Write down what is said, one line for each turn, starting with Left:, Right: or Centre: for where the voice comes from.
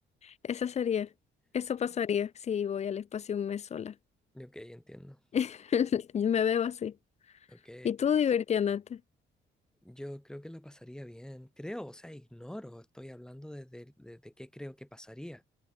Left: eso sería. Eso pasaría si voy al espacio un mes sola.
Centre: Ok, entiendo.
Left: <laughs> Y Me veo así.
Centre: Ok.
Left: Y tú divirtiéndote.
Centre: Yo creo que la pasaría bien. Creo, o sea, ignoro, estoy hablando desde, desde qué creo que pasaría.